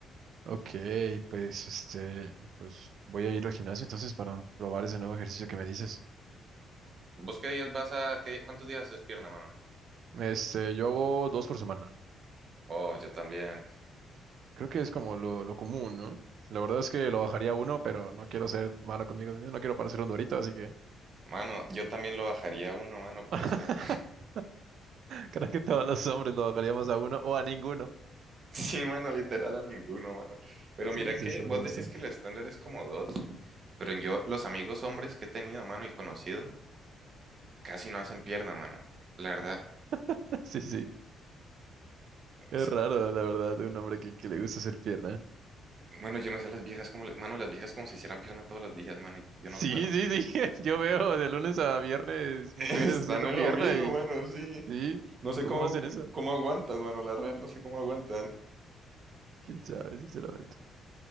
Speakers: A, on the right (about 70°); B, on the right (about 50°).
A: Ok, pues este, pues voy a ir al gimnasio entonces para probar ese nuevo ejercicio que me dices.
B: ¿Vos qué días vas a, qué, cuántos días haces pierna, mano?
A: Este, yo hago dos por semana.
B: Oh, yo también.
A: Creo que es como lo, lo común, ¿no? La verdad es que lo bajaría a uno, pero no quiero ser malo conmigo mismo, no quiero parecer un dorito, así que
B: Mano, yo también lo bajaría a uno, mano, pero
A: <laughs>
B: es que
A: creo que todos los hombres lo bajaríamos a uno o a ninguno.
B: Sí, mano, literal a ninguno, mano. Pero
A: Sí,
B: mira que
A: se sobra
B: vos
A: bastante.
B: decís que el estándar es como dos, pero yo, los amigos hombres que he tenido, mano, y conocidos, casi no hacen pierna, mano. La verdad,
A: <laughs> Sí, sí.
B: es
A: Es raro,
B: que-
A: la verdad, de un hombre que, que le gusta hacer pierna.
B: bueno, yo no sé las viejas como, le- mano, las viejas como si hicieran pierna todos los días, mano, yo, yo
A: Sí,
B: no puedo.
A: sí, sí. <laughs> Yo veo de lunes a viernes
B: <laughs>
A: mujeres
B: Están
A: haciendo
B: en
A: pierna
B: lo mismo,
A: y
B: mano, sí.
A: sí,
B: No sé
A: ¿cómo
B: cómo,
A: hacen eso?
B: cómo aguantan, mano, la real, no sé cómo aguantan.
A: Quién sabe, sinceramente.